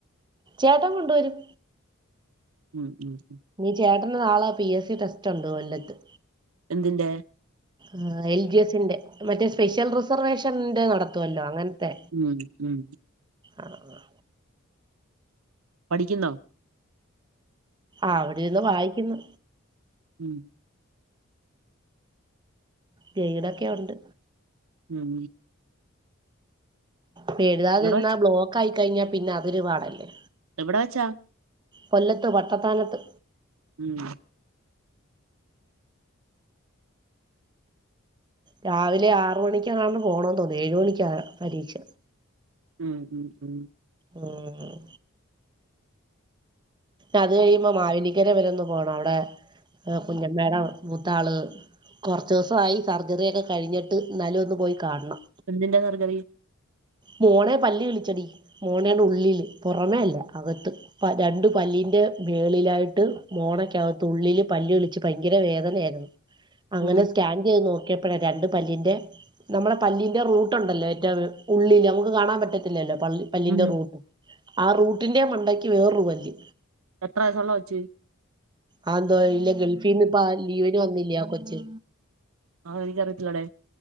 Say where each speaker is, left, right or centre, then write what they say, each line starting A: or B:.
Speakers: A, on the right (about 20°); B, on the right (about 80°).
A: ചേട്ടം കൊണ്ടുവരും
B: ഉം ഉം ഉം
A: ഇനി ചേട്ടന് നാളെ പി എസി ടെസ്റ്റ് ഉണ്ട് കൊല്ലത്ത്
B: എന്തിന്റെ
A: ആഹ് എൽ ജി എസ്ന്റെ മറ്റേ സ്പെഷ്യൽ റിസർവേഷന്റെ നടത്തുല്ലോ അങ്ങന് ത്തെ
B: ഉം ഉം
A: ആഹ് ആഹ്
B: പഠിക്കുന്നോ
A: ആഹ് അവിടിര്ന്ന് വായിക്ക്ന്ന്
B: ഉം
A: വീടൊക്കെ ഉണ്ട്
B: ഉം
A: പിള്ളാര്
B: എവിടെ
A: വെന്നാ
B: വെച്ച്
A: ബ്ലോക്ക് ആയി കഴിഞ്ഞാ പിന്നെ അവര് വാടെല്ലേ
B: എവിടെ വെച്ചാ
A: കൊല്ലത്ത് വട്ടത്താനത്ത്
B: ഉം
A: രാവിലെ ആറ് മണിക്കാണ്ട് പോണം തോന്നു ഏഴ് മണിക്കാ പരീക്ഷ
B: ഉം ഉം ഉം
A: എഹ് ഏഹ് അത് കഴിയുമ്പോ മാവേലിക്കര വരെന്നു പോണം അവിടെ കുഞ്ഞമ്മേട മൂത്താള് കൊർച്ച് ദിവസായി സർജറി ഒക്കെ കഴിഞ്ഞിട്ട് ഇന്നാലും ഒന്ന് പോയി കാണണം
B: എന്തിന്റെ സർജറി
A: മോണെ പല്ല് കിള്ച്ചെടി മോണേയുടെ ഉള്ളില് പൊറമേ അല്ല അകത്ത് പ രണ്ട് പല്ലിൻ്റെ മേളിലായിട്ട് മോണക്കെകത്ത് ഉള്ളില് പല്ലിളിച്ച് ഭയങ്കര വേദനയായിർന്നു അങ്ങനെ
B: ഉം
A: സ്കാൻ ചെയ്ത് നോക്കിയപ്പയാ രണ്ട് പല്ലിന്റെ നമ്മുടെ പല്ലിന്റെ റൂട്ടുണ്ടല്ലെ <unintelligible> ഉള്ളില് നമുക്ക് കാണാൻ പറ്റത്തില്ലല്ലോ പള്ളി പല്ലിന്റെ
B: ഉം
A: റൂട്ട് ആഹ് റൂട്ടിന്റെ മണ്ടയ്ക്ക് വേറൊരു പല്ല്
B: എത്രസം കൊണ്ട <unintelligible>
A: ആഹ് എന്തോ ഇല്ല ഗൾഫീന്ന് പാ ലീവിന് വന്നില്ലേ കൊച്ച്
B: ആ കാര്യം എനിക്കറിയത്തില്ലെടേ